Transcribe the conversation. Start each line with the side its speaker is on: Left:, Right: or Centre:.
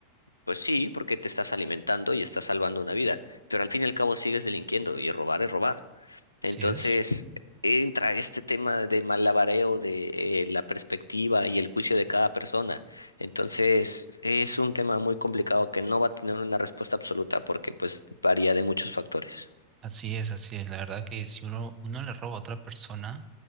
Left: Pues sí, porque te estás alimentando y estás salvando una vida, pero al fin y al cabo sigues delinquiendo y robar es robar.
Right: ¿Sí
Left: Entonces
Right: es?
Left: entra este tema de malabareo de eh, la perspectiva y el juicio de cada persona. Entonces es un tema muy complicado que no va a tener una respuesta absoluta porque pues varía de muchos factores.
Right: Así es, así es. La verdad que si uno, uno le roba a otra persona